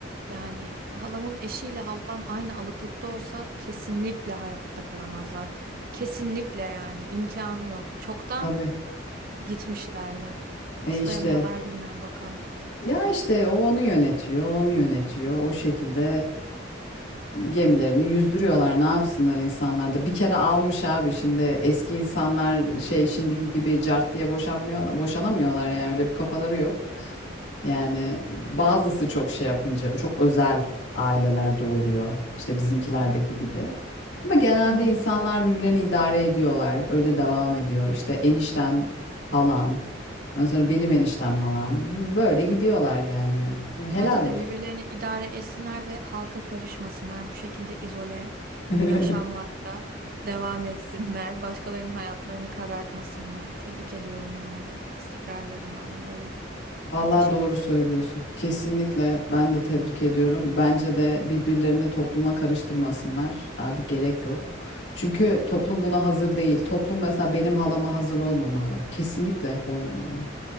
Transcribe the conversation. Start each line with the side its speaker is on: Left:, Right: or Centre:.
Right: Yani halamın eşiyle halam aynı alıklıkta olsa kesinlikle hayatta kalamazlar. Kesinlikle yani imkanı yok. Çoktan
Left: Tabii.
Right: gitmişlerdi.
Left: E
Right: Nasıl
Left: işte
Right: dayanıyorlar bilmiyorum bakalım.
Left: ya işte o onu yönetiyor, onu yönetiyor. O şekilde gemilerini yüzdürüyorlar. Ne yapsınlar insanlar da. Bir kere almış abi şimdi eski insanlar şey şimdiki gibi cart diye boşanmıyorlar, boşanamıyorlar yani öyle bir kafaları yok. Yani bazısı çok şey yapınca çok özel ailelerde oluyor. İşte bizimkilerdeki gibi. Ama genelde
Right: Hı hı.
Left: insanlar birbirlerini idare ediyorlar. Öyle devam ediyor. İşte enişten halan. Ondan sonra benim eniştem halam. Böyle gidiyorlar yani. Helal
Right: Bence de
Left: olsun.
Right: birbirlerini idare etsinler ve halka karışmasınlar. Bu şekilde izole
Left: <laughs>
Right: yaşamlarda devam etsinler. <laughs> Başkalarının hayatlarını karartmasınlar. Tebrik ediyorum onları istikrarlarından dolayı
Left: Vallahi
Right: ve teşekkür
Left: doğru
Right: ediyorum.
Left: söylüyorsun. Kesinlikle ben de tebrik ediyorum. Bence de birbirlerini topluma karıştırmasınlar. Abi gerek yok. Çünkü toplum buna hazır değil. Toplum mesela benim halama hazır olmamalı. Kesinlikle olmamalı.